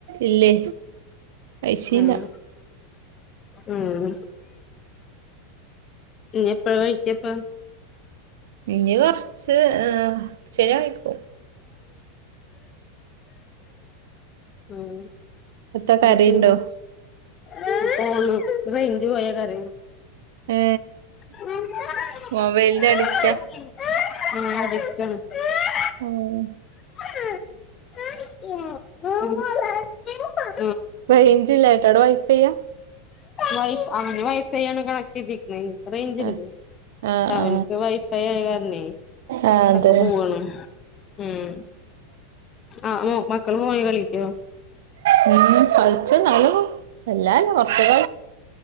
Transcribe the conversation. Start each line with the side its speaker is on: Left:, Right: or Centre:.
Right: ഇല്ലേ കഴിച്ചില്ല
Left: ഉം ഉം ഇഞ്ഞെപ്പഴയാ കഴിക്കപ്പാ
Right: ഇഞ്ഞ് കൊറച്ച് കൊറച്ചെയ്ഞ്ഞാഴിക്കും
Left: ഉം
Right: എത്ത
Left: <unintelligible>
Right: കരയുണ്ടോ
Left: ആണ് റേഞ്ച് പോയ കരയും
Right: ഏ
Left: <unintelligible>
Right: മൊബൈലിന്റെ അഡിക്റ്റാ
Left: <unintelligible>
Right: ആഹ്
Left: <unintelligible>
Right: റൈഞ്ച് ഇല്ലാഞ്ഞിട്ട അവിടെ വൈഫൈയാ
Left: വൈഫ അവന് വൈഫൈ ആണ് കണക്ട് ചെയ്തി ഞാങ്ങൾക് റൈഞ്ച്
Right: ആ
Left: ഇണ്ട്
Right: ആ
Left: ക്ഷേ അവൻക്ക്
Right: ആ
Left: വൈഫൈ ആയ കാരണേ
Right: ആ
Left: ഇടക്ക്
Right: അതെ
Left: പോവാണ് ഉം ആന്നോ മക്കൾ പോയി കളിക്കോ
Right: ഉം കളിച്ചു എന്നാലും വല്ലാല്ല കൊറച്ചൊക്കെ